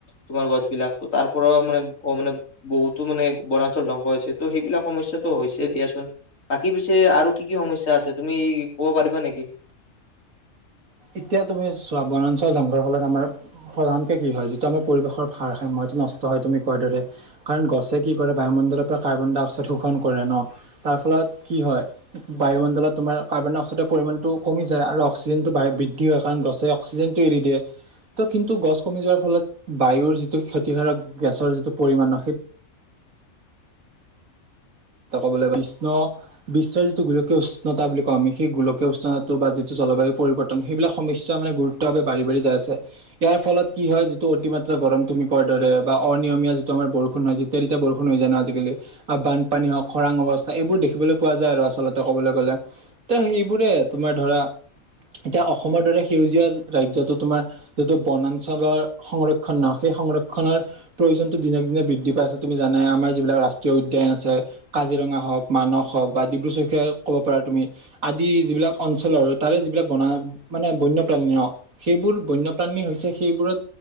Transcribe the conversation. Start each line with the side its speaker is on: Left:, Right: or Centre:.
Left: তোমাৰ গছ বিলাক ত তাৰ পৰা মানে অ মানে, বহুতো মানে বনাঞ্চল ধ্বংস হৈছে ত' সেইবিলাক সমস্যয়াতটো হৈছে দিয়াচোন বাকী পিছে আৰু কি কি সমস্যা আছে তুমি ক'ব পাৰিবা নেকি?
Right: এতিয়া তুমি চোৱা বনাঞ্চল ধ্বংগৰ ফলত আমাৰ প্ৰধানকে কি হয় যিটো আমাৰ পৰিৱেশৰ ভাৰসাম্য সেইতো নষ্ট হয় তুমি কোৱাৰ দৰে কাৰণ গছে কি কৰে বায়ুমণ্ডলৰ পৰা কাৰ্বন ডাই অক্সাইড শোষণ কৰে ন তাৰ ফলত কি হয় বায়ুমণ্ডলত তোমাৰ কাৰ্বন ডাই অক্সাইডৰ পৰিমানটো কমি যায় আৰু অক্সিজেন বৃদ্ধি হয় কাৰণ গছে অক্সিজেনটো এৰি দিয়ে ত' কিন্তু গছ কমি যোৱাৰ ফলত বায়ুৰ যিটো ক্ষতিকাৰক গেছৰ যিটো পৰিমাণৰ সেই ত ক'বলৈ গলে কৃষ্ণ বিশ্বৰ যিটো গোলকীয় উষ্ণতা বুলি কওঁ আমি সেই গোলকীয় উষ্ণতাটো বা যিটো জলবায়ু পৰিৱৰ্তন সেইবিলাক সমস্যা মানে গুৰুত্ব বাঢ়ি বাঢ়ি যায় আছে ইয়াৰ ফলত কি হয় যিটো অতিমাত্ৰা গৰম তুমি কোৱা দৰে বা অনিয়মীয়া যিটো আমাৰ বৰষুণ হয় যিটো যেতিয়াই তেতিয়াই বৰষুণ হৈ যায় ন আজিকালি বান বানপানী হওক খৰাং অৱস্থা এইবোৰ দেখিবলৈ পোৱা যায় আৰু আচলতে ক'বলে গ'লে ত সেইবোৰে তোমাৰ ধৰা এতিয়া অসমৰ দৰে সেউজীয়া ৰাজ্যতো তোমাৰ যিটো বনাঞ্চলৰ সংৰক্ষণ ন সেই সংৰক্ষণৰ প্ৰয়োজনতো দিনক দিনে বৃদ্ধি পাই আছে তুমি জানাই আমাৰ যিবিলাক ৰাষ্ট্ৰীয় উদ্যান আছে কাজিৰঙা হওক মানস হওক বা ডিব্ৰু চৈখোৱা ক'ব পাৰা তুমি আদি যিবিলাক অঞ্চলৰ তাৰে যিবিলাক বনা মানে বন্যপ্ৰাণী ন সেইবোৰ বন্যপ্ৰাণী হৈছে সেইবোৰত